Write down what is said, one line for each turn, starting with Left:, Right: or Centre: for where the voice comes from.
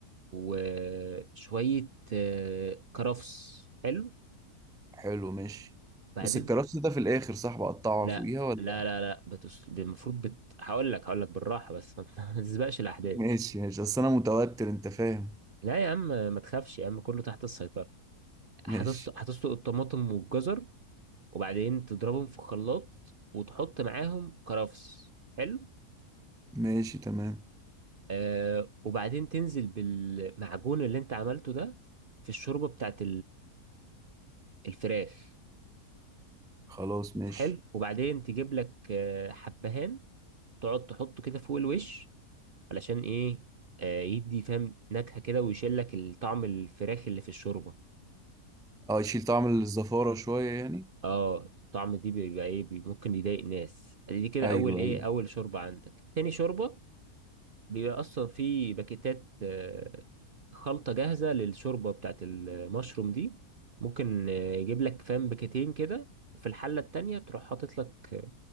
Right: وشوية آه، كرفس حلو
Centre: حلو ماشي
Right: بعدين
Centre: بس الكرفس ده في الاخر صح بقطعه
Right: لا
Centre: فوقيها ولا
Right: لا لا
Centre: <laughs>
Right: لا بتس... المفروض بت... هقول لك هقول لك بالراحة بس ما ت- <laughs> ما تسبقش الأحداث
Centre: ماشي ماشي اصل انا متوتر انت فاهم
Right: لا يا عم ما تخافش يا عم كله تحت السيطرة هتسلق
Centre: ماشي
Right: هتسلق الطماطم والجزر وبعدين تضربهم في خلاط وتحط معاهم كرفس حلو
Centre: ماشي تمام
Right: آه وبعدين تنزل بالمعجون اللي انت عملته ده في الشوربة بتاعت الفراخ
Centre: خلاص ماشي
Right: حلو وبعدين تجيب لك آه، حبهان تقعد تحطه كده فوق الوش علشان ايه آه، يدي فاهم نكهة كده ويشيل لك الطعم الفراخ اللي في الشوربة
Centre: اه يشيل طعم الزفارة شوية يعني
Right: اه الطعم دي بيبقى ايه بي- ممكن يضايق ناس دي كده
Centre: ايوه
Right: اول ايه
Centre: ايوه
Right: اول شوربة عندك تاني شوربة بيبقى اصلا في باكيتات آه، خلطة جاهزة للشوربة بتاعت المشروم دي ممكن آه، يجيب لك فاهم باكيتين كده وفي الحلة التانية تروح حاطط لك